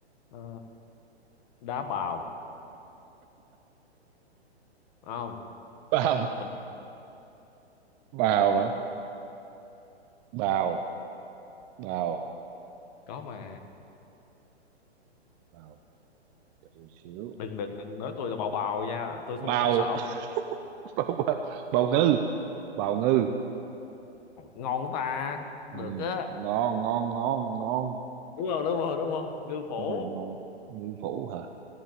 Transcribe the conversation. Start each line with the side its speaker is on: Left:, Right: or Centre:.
Left: Ờ, đá bào không
Right: bào
Left: mình
Right: bào hả bào bào
Left: có mà
Right: bào Đợi xíu
Left: đừng đừng đừng nói tôi là bào bào nha tôi tôi,
Right: bào
Left: tôi sợ ông.
Right: <laughs> bào bào bào <laughs> ngư bào ngư
Left: ngon ta
Right: ừ,
Left: được á
Right: ngon ngon ngon ngon
Left: đúng không đúng không đúng không ngư phủ
Right: đúng rồi ngon như phủ hả